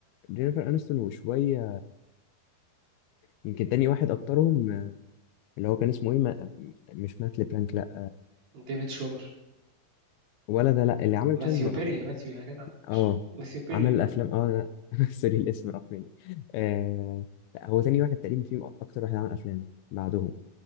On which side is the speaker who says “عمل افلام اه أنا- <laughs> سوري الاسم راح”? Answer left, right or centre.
Left